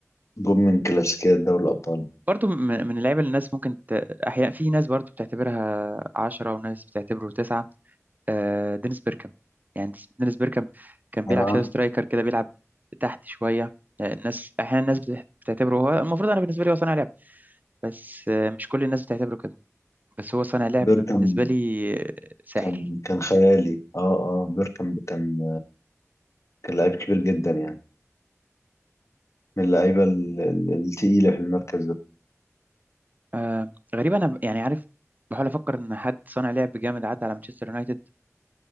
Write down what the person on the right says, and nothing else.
برضو م- من اللعيبة اللي الناس ممكن ت... أحيانا في ناس برضو بتعتبرها عشرة وناس بتعتبره تسعة آه دينيس بيركام يعني ديس- دينيس بيركام كان بيلعب
شادو سترايكر كده بيلعب تحت شوية آه، الناس أحيانا الناس بت- بتعتبره هو المفروض أنا بالنسبة لي هو صانع لعب بس آه، مش كل الناس بتعتبره كده بس هو صانع لعب
بالنسبة لي آه، ساحر
آه غريب انا ب- يعني عارف بحاول افكر ان حد صانع لعب جامد عدى على مانشستر يونايتد